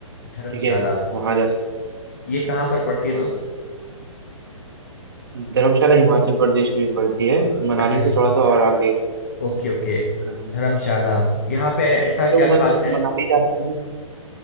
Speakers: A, on the left; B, on the right.
A: धर्मशाला
B: ठीक है वहां जा सकते हो
A: ये कहाँ पर पड़ती
B: हाँ,
A: है दोस्त
B: धर्मशाला हिमाचल प्रदेश में ही पड़ती है मनाली
A: अच्छा
B: से थोड़ा सा और आगे
A: Okay okay
B: अ,
A: धर्मशाला यहाँ पे ऐसा क्या
B: लोग मतलब
A: खास है
B: मनाली जाते हैं ना।